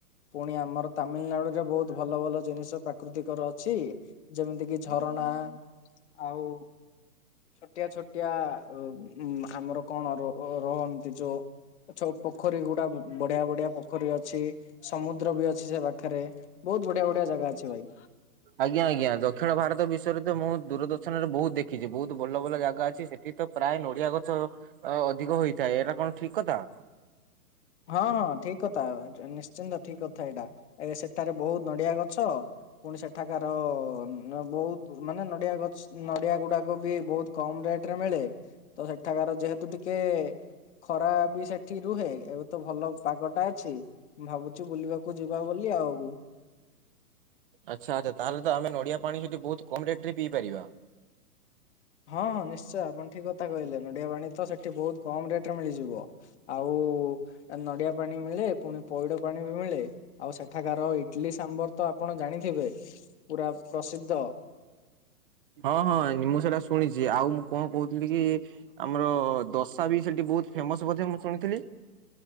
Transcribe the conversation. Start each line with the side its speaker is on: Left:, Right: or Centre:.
Left: ପୁଣି ଆମର ତାମିଲନାଡୁ ରେ ବହୁତ ଭଲ ଭଲ ଜିନିଷ ପ୍ରାକୃତିକର ଅଛି। ଯେମିତି କିି ଝରଣା ଆଉ। ଛୋଟିଆ ଛୋଟିଆ ଅବ ଉଁ ଆମର କଣ ର ରହନ୍ତି ଯୋଉ। ଛୋ ପୋଖରୀ ଗୁଡା ବଢିଆ ବଢିଆ ପୋଖରୀ ଅଛି ସମୁଦ୍ର ବି ଅଛି ସେ ପାଖରେ। ବହୁତ ବଢିଆ ବଢିଆ ଜାଗା ଅଛି ଭାଇ।
Right: ଆଜ୍ଞା। ଆଜ୍ଞା। ଦକ୍ଷିଣ ଭାରତ ବିଷୟରେ ତ ମୁଁ ଦୂରଦର୍ଶନରେ ବହୁତ ଦେଖିଛି ବହୁତ ଭଲ ଭଲ ଜାଗା ଅଛି। ସେ ସେଠୀ ତ ପ୍ରାୟ ନଡିଆ ଗଛ ଅ ଅଧିକ ହେଇଥାଏ ଏଇଟା କଣ ଠିକ କଥା?
Left: ହଁ ହଁ ଠିକ କଥା ନିଶ୍ଚିନ୍ତ ଠିକ କଥା। ଏଇଟା ଏ ସେଠାରେ ବହୁତ ନଡିଆ ଗଛ ପୁଣି ସେଠାକାର ବହୁତ ମାନେ ନଡିଆ ଗଛ ନଡିଆ ଗୁଡାକ ବି ବହୁତ କମ ରେଟ ରେ ମିଳେ। ତ ସେଠାକାର ଯେହେତୁ ଟିକେ ଖରା ବି ସେଠି ରୁହେ। ଏ ଏତେ ଭଲ ପାଗଟା ଅଛି ମୁ ଭାବୁଛି ବୁଲିବାକୁ ଯିବା ବୋଲି ଆଉ।
Right: ଆଚ୍ଛା ଆଚ୍ଛା, ତାହେଲେ ତ ଆମେ ନଡିଆ ପାଣି ସେଠି ବହୁତ କମ ରେଟ ରେ ପିଇ ପାରିବା।
Left: ହଁ ହଁ ନିଶ୍ଚୟ ଆପଣ ଠିକ କଥା କହିଲେ ନଡିଆ ପାଣି ତ ସେଠି ବହୁତ କମ ରେଟ ରେ ମିଳିଯିବ। ଆଉ ନଡିଆ ପାଣି ମିଳେ ପୁଣି ପଇଡ ପାଣି ବି ମିଳେ ଆଉ ସେଠାକାର ଇଡଲି ସାମ୍ବର ତ ଆପଣ ଜାଣିଥିବେ ପୁରା ପ୍ରସିଦ୍ଧ
Right: ହଁ ହଁ ମୁଁ ସେଇଟା ଶୁଣିଛି ଆଉ ମୁଁ କଣ କହୁଥିଲି କି ଆମର ଦୋସା ବି ସେଠି ବହୁତ ଫେମସ ବ ମୁଁ ଶୁଣିଥିଲି।